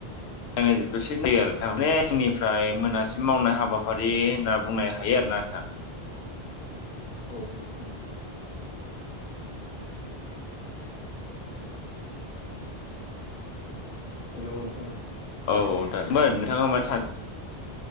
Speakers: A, on the left; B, on the left.
A: <inaudible> जायो आरो नोंथां माने <unintelligible> आोंनिफ्राय मोनासिम मावनाय हाबाफारि होनना बुंनो हायो आरो ना नोंथां।
B: औ नोंथां औ औ हेल' नोथां
A: औ औ नोंथां फ्राय नोंथाङा मान स <unintelligible>